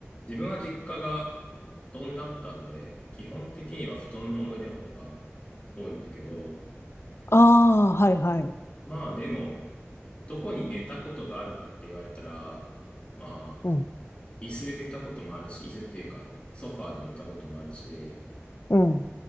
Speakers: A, on the left (about 30°); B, on the left (about 60°).
A: 自分は実家が布団だったんで、基本的には布団の思い出の方が多いんだけど、
B: ああ、はいはい。
A: まあでも、どこに寝たことがあるかって言われたら、まあ、
B: うん、
A: 椅子で寝たこともあるし、椅子っていうかあの、ソファーで寝たこともあるし、
B: うん。